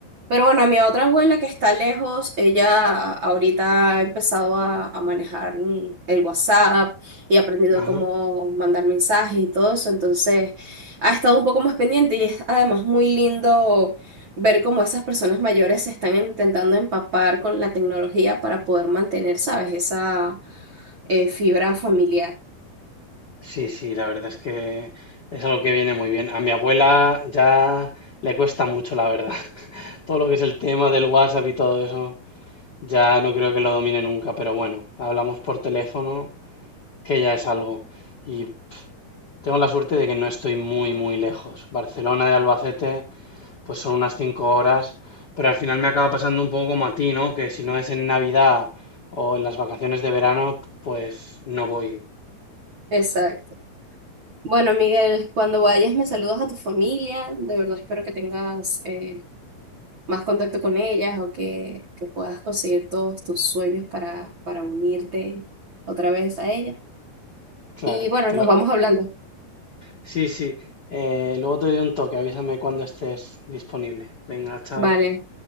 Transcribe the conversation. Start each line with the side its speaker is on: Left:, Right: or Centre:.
Right: Pero bueno, a mi otra abuela que está lejos, ella ahorita ha empezado a, a manejar mm, el WhatsApp y ha aprendido
Left: Ajá.
Right: cómo mandar mensajes y todo eso, entonces ha estado un poco más pendiente y es además muy lindo ver cómo esas personas mayores se están intentando empapar con la tecnología para poder mantener, ¿sabes? Esa eh, fibra familiar.
Left: Sí, sí, la verdad es que es algo que viene muy bien. A mi abuela ya le cuesta mucho, la verdad. <laughs> Todo lo que es el tema del WhatsApp y todo eso. Ya no creo que lo domine nunca, pero bueno, hablamos por teléfono, que ya es algo. Y tengo la suerte de que no estoy muy, muy lejos. Barcelona de Albacete, pues son unas cinco horas, pero al final me acaba pasando un poco como a ti, ¿no? Que si no es en Navidad o en las vacaciones de verano, pues no voy.
Right: Exacto. Bueno, Miguel, cuando vayas me saludas a tu familia. De verdad espero que tengas eh, más contacto con ellas o que, que puedas conseguir todos tus sueños para, para unirte otra vez a ella.
Left: Claro,
Right: Y bueno,
Left: te
Right: nos
Left: lo-
Right: vamos hablando.
Left: Sí, sí. Eh, luego te doy un toque, avísame cuando estés disponible. Venga, chao.
Right: Vale.